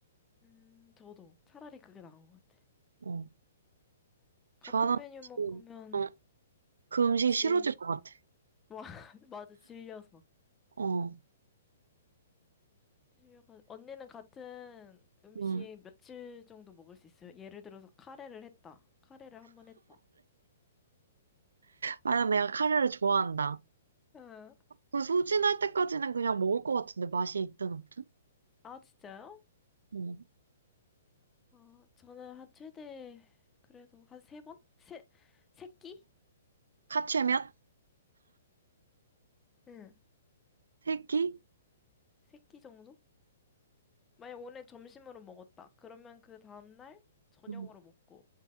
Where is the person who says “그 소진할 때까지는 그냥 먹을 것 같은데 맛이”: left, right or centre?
Right